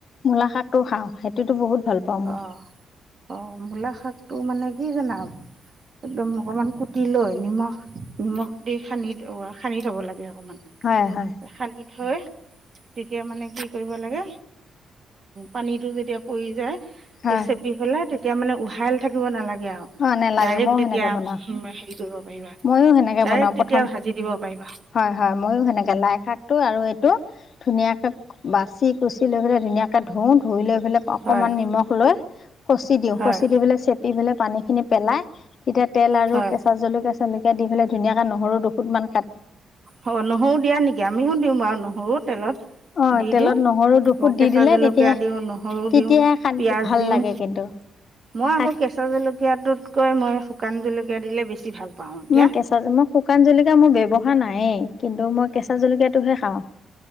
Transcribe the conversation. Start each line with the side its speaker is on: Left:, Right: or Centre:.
Left: মূলা শাকটো খাওঁ সেইটো বহুত। ভাল পাওঁ মই
Right: অ' অ' মূলা শাকটো মানে। সি জানা একদম অকণমান কুটি লৈ নিমখ নিমখ দি সানি সানি থ'ব লাগে আৰু। অকমান
Left: হয় হয়
Right: খালি। থৈ তেতিয়া মানে কি কৰিব লাগে পানীটো যেতিয়া পৰি যায়।
Left: হয়
Right: চেপি পেলায়। এতিয়া মানে উহাইল থাকিব নালাগে। আৰু
Left: অ' নেলাগে
Right: ডাইৰেক্ট
Left: ময়ও
Right: তেতিয়া
Left: সেনেকে বনাও
Right: হেৰি কৰিব পাৰিবা
Left: মইও সেনেকে
Right: ডাইৰেক্ট
Left: বনাও
Right: তেতিয়া
Left: প্ৰথম
Right: ভাজি দিব পাৰিবা
Left: হয় হয় মইও সেনেকে লাই শাকটো আৰু এইটো। ধুনীয়াকে বাচি কুচি লৈ পেলায়। ধুনীয়াকে ধুও ধুই লৈ। এইবিলাক অকণমান
Right: হয়
Left: নিমখ লৈ। খচি দিওঁ
Right: হয়
Left: খচি দি পেললৈ চে। এইফিলাক। পানী খিনি পেলাই। তেতিয়া তেল আৰু
Right: হয়
Left: কেঁচা জলকীয়া চলকিয়া। দি পেলাই ধুনীয়াকে নহৰু দুখতমান।
Right: অ 'নহৰু দিয়া নেকি আমিও দিওঁ বাৰু নহৰু তেলত
Left: অ'
Right: দি
Left: তেলত
Right: দিওঁ
Left: নহৰু দুফুট
Right: আকৌ কেঁচা
Left: দি দিলে
Right: জলকীয়া
Left: তেতিয়াহে
Right: দিওঁ নহৰু
Left: তেতিয়াহে
Right: দিওঁ
Left: শান্তি
Right: পিয়াজ
Left: ভাল
Right: দিওঁ
Left: লাগে কিন্তু
Right: মই
Left: শাক
Right: আকৌ কেঁচা জলকীয়া। জকীয়াটোতকৈ মই শুকান জলকীয়া দিলে বেছি ভাল পাওঁ। এতিয়া
Left: মই কেঁচা মই শুকান জলকিয়া মোৰ ব্যৱহাৰ নায়েই। কিন্তু মই কেঁচা জলকীয়াটোহে খাওঁ।